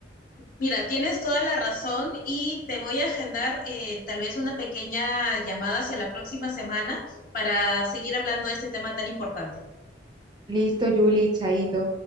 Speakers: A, on the left (about 45°); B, on the right (about 25°).
A: Mira, tienes toda la razón y te voy a agendar eh, tal vez una pequeña llamada hacia la próxima semana para seguir hablando de este tema tan importante.
B: Listo, Julie, chaito.